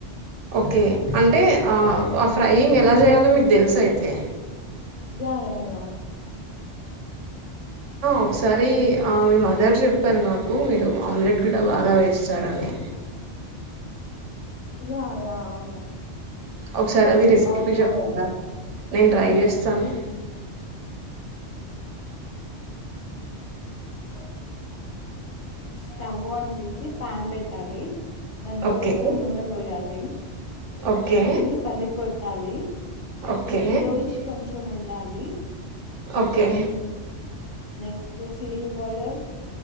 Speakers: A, on the right; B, on the left.
A: ఓకే అంటే ఆ ఫ్రైయింగ్ ఎలా చేయాలో మీకు తెలుసా అయితే
B: యా యా యా
A: ఒకసారి ఆ మీ మదర్ చెప్పారు నాకు మీరు ఆమ్లెట్ కూడా బాగా వేస్తారని
B: యా యా అవును
A: ఒకసారి అది రెసిపీ
B: ఆఫ్
A: <inaudible>
B: బాయిల్.
A: చెప్తారా నేను ట్రై చేస్తాను
B: లొ స్టవ్ ఆన్ చేసి పాన్ పెట్టాలి దానిలో
A: ఓకే.
B: కొంచెం నూనె వోయాలి లే
A: ఓకే.
B: ఎగ్ నీ పలి కో చాలి
A: ఓకే.
B: ఎల్లోఇష్ కొంచ చముండాలి.
A: ఓకే
B: నెక్స్ట్ చిల్లి పౌడర్